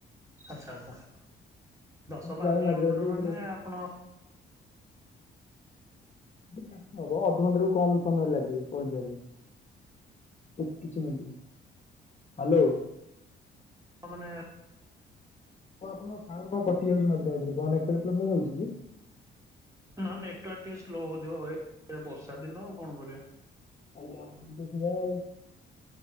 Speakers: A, on the right; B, on the left.
A: ଆଛା, ଆଛା -ଦଶ
B: ସେମିତି
A: ବାର
B: ଯାଉ
A: କିଲୋମିଟର
B: ମଝିରେ ମଝିରେ
A: ମାନେ
B: ଏଥିରେ
A: ଆପଣ
B: ପାଖହବ ଅଧଘଣ୍ଟା ରୁ କମ୍ ସମୟ ଲାଗିବ ପହଞ୍ଚିବା ପାଇଁ। କି କିଛି ମିନିଟି - ହାଲୋ। କଣ
A: ମାନେ
B: ଆପଣଙ୍କ ସାଉଣ୍ଟ୍ କଣ କଟି ଯାଉଚି ମଝିରେ ମଝିରେ, କଣ ନେଟୱାର୍ ପ୍ରବ୍ଲେମ୍ ହଉଚି କି?
A: ନା ନେଟୱର୍କ ଟିକେ ସ୍ଲୋ ହଉଥିବ, ଏ -ବର୍ଷା ଦିନ ଆଉ କଣ କରିବା।
B: କାଲି ଆମ ଶିବାଇ <unintelligible>